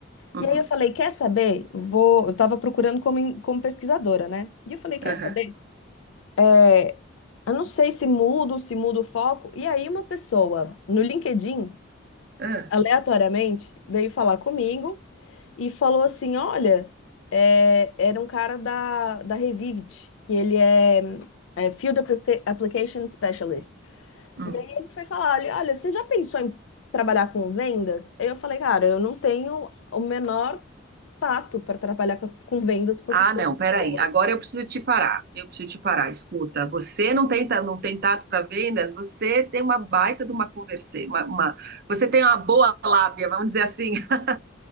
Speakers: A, on the right; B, on the left.
A: uhum,
B: E aí eu falei, quer saber? Vou, eu tava procurando como, em- como pesquisadora, né? E eu falei, quer
A: aham,
B: saber? É, Eu não sei se mudo, se mudo o foco. E aí uma pessoa no LinkedIn,
A: ah,
B: aleatoriamente, veio falar comigo e falou assim: Olha, é, era um cara da, da Revivit, que ele é, é Field Applica- Application Specialist.
A: hum.
B: E aí ele foi falar: olha, Olha, você já pensou em trabalhar com vendas? Aí eu falei: Cara, eu não tenho o menor tato para trabalhar com, as- com vendas com
A: Ah,
B: as pessoas.
A: não, peraí. Agora eu preciso te parar. Eu preciso te parar. Escuta, você não tem, ta- não tem tato para vendas, você tem uma baita de uma conversa, uma, uma- você tem uma boa lábia, vamos dizer assim. <laughs>